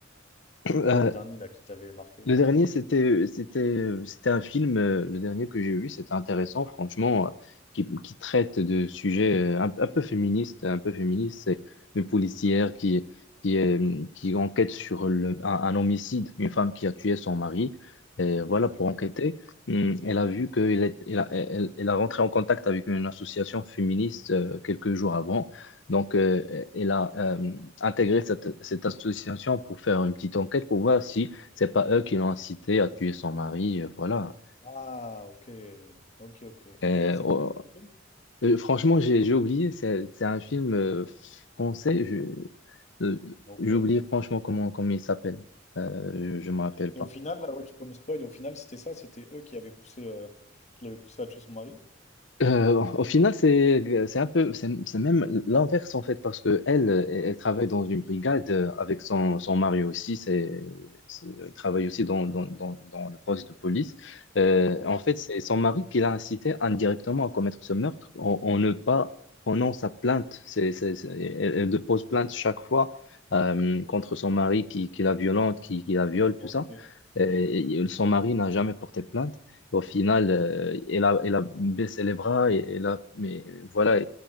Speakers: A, on the left (about 35°); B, on the left (about 70°).
A: C'est
B: Euh,
A: quoi le dernier,
B: <clears throat>
A: là, qui t'avait marqué?
B: Le dernier, c'était, c'était, c'était un film, euh, le dernier que j'ai vu, c'était intéressant, franchement, euh, qui, qui traite de sujets euh, un, un peu féministes, un peu féministes. C'est une policière qui, qui, euh, qui enquête sur le- un, un homicide, une femme qui a tué son mari. Et voilà, pour
A: D'accord.
B: enquêter, hum, elle a vu qu'elle est, elle a, elle, elle a rentré en contact avec une association féministe euh, quelques jours avant. Donc, euh, elle a euh, intégré cette, cette association pour faire une petite enquête pour voir si c'est pas eux qui l'ont incité à tuer son mari, euh, voilà.
A: Ah, ok. Ok, ok. Euh,
B: Euh,
A: Il s'appelle
B: oh,
A: comment, le film?
B: euh, franchement, j'ai j'ai oublié, c'est c'est un film euh, français, je- euh,
A: Ok.
B: j'ai oublié franchement comment, comment il s'appelle. Euh, je ne me rappelle
A: Et
B: pas.
A: au final, là, ouais, tu peux me spoil, et au final, c'était ça, c'était eux qui avaient poussé, euh, qui l'avaient poussé à tuer son mari?
B: Euh, au final, c'est c'est un peu c'est c'est même l'inverse en fait parce que elle euh, elle travaille dans une brigade euh, avec son, son mari aussi c'est c'est- elle travaille aussi dans, dans, dans, dans le poste de police Euh,
A: Ok.
B: en fait c'est son mari qui l'a incité indirectement à commettre ce meurtre en, en ne pas prenant sa plainte c'est c'est- c'est- elle, elle dépose plainte chaque fois euh, contre son mari qui, qui la violente qui, qui la viole tout
A: Ok.
B: ça Et- et son mari n'a jamais porté plainte au final, euh, elle a, elle a baissé les bras, et, elle a, mais voilà,